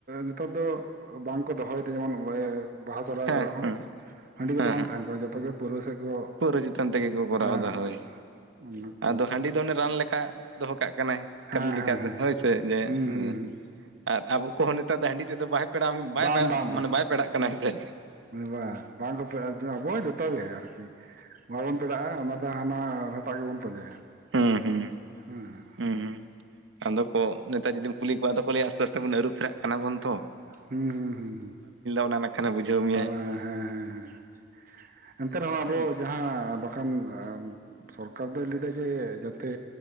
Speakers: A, on the right; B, on the right.
A: ᱱᱮᱛᱟᱨ ᱫᱚ ᱵᱟᱝᱠᱚ ᱫᱚᱦᱚᱭ ᱮᱫᱟ ᱡᱮᱢᱚᱱ ᱵᱟᱦᱟ ᱥᱚᱨᱦᱟᱭ
B: ᱦᱮᱸ
A: ᱠᱚᱨᱮ ᱦᱚᱸ
B: ᱦᱮᱸ
A: ᱾ ᱦᱟᱺᱰᱤ ᱠᱚᱫᱚ ᱵᱟᱝ
B: ᱦᱮᱸ
A: ᱛᱟᱦᱮᱱ ᱠᱟᱱᱟ ᱾ ᱡᱚᱛᱚ ᱜᱮ ᱯᱟᱹᱣᱨᱟᱹ ᱥᱮᱫ ᱠᱚ
B: ᱯᱟᱹᱣᱨᱟᱹ ᱪᱮᱛᱟᱱ ᱛᱮᱜᱮ ᱠᱚ ᱠᱚᱨᱟᱣ
A: ᱦᱮᱸ
B: ᱮᱫᱟ ᱦᱳᱭ ᱾
A: ᱦᱮᱸ
B: <inaudible> ᱟᱫᱚ ᱦᱟᱺᱰᱤ ᱫᱚ ᱚᱱᱮ ᱨᱟᱱ ᱞᱮᱠᱟ ᱫᱚᱦᱚ ᱠᱟᱜ ᱠᱟᱱᱟᱭ ᱠᱟᱹᱢᱤ
A: ᱦᱮᱸ
B: ᱞᱮᱠᱟ
A: ᱦᱮᱸ
B: ᱞᱮᱠᱟᱛᱮ ᱦᱳᱭ ᱥᱮ ᱡᱮ
A: ᱦᱩᱸ ᱦᱩᱸ ᱦᱩᱸ
B: <inaudible> ᱟᱨ ᱟᱵᱚ ᱠᱚᱦᱚᱸ ᱱᱮᱛᱟᱨ ᱫᱚ ᱦᱟᱺᱰᱤ ᱛᱮᱫᱚ ᱵᱟᱭ ᱯᱮᱲᱟᱜ ᱠᱟᱱᱟ
A: ᱵᱟᱝ ᱵᱟᱝ
B: ᱢᱟᱱᱮ ᱵᱟᱭ ᱯᱮᱲᱟᱜ ᱠᱟᱱᱟ ᱦᱮᱸ ᱥᱮ ᱾
A: ᱵᱟᱝ ᱵᱟᱝ ᱠᱚ ᱯᱮᱲᱟᱜ ᱚᱪᱩ, ᱟᱵᱚ ᱦᱚᱸ ᱡᱚᱛᱚᱜ ᱜᱮ ᱟᱨᱠᱤ ᱾ ᱵᱟᱵᱚᱱ ᱯᱮᱲᱟᱜ-ᱟ ᱚᱱᱟ ᱫᱚ ᱦᱟᱱᱟ ᱦᱟᱴᱟᱜ ᱜᱮᱵᱚᱱ ᱯᱟᱸᱡᱟᱭᱟ <inaudible>
B: ᱦᱩᱸ ᱦᱩᱸ
A: ᱦᱮᱸ ᱾
B: ᱦᱩᱸ ᱦᱩᱸ ᱾ <inaudible> ᱟᱫᱚ ᱠᱚ ᱱᱮᱛᱟᱨ ᱡᱩᱫᱤᱢ ᱠᱩᱞᱤ ᱠᱚᱣᱟ ᱟᱫᱚ ᱠᱚ ᱞᱟᱹᱭᱟ ᱟᱥᱛᱮ ᱟᱥᱛᱮ ᱵᱚᱱ ᱟᱹᱨᱩ ᱯᱷᱮᱨᱟᱜ ᱠᱟᱱᱟ ᱵᱚᱱ ᱾
A: ᱦᱩᱸ ᱦᱩᱸ ᱦᱩᱸ
B: ᱚᱱᱟ
A: ᱾
B: ᱱᱟᱠᱷᱟᱱᱮ ᱵᱩᱡᱷᱟᱹᱣ ᱢᱮᱭᱟᱭ
A: <inaudible> ᱦᱮᱸ ᱦᱮᱸ ᱦᱮᱸ ᱾ ᱮᱱᱛᱮ ᱨᱮᱦᱚᱸ ᱟᱵᱚ
B: ᱦᱮᱸ
A: ᱡᱟᱦᱟᱸ ᱵᱟᱠᱷᱟᱱ ᱥᱚᱨᱠᱟᱨ ᱫᱚᱭ ᱞᱟᱹᱭ ᱮᱫᱟ ᱡᱮ ᱡᱟᱛᱮ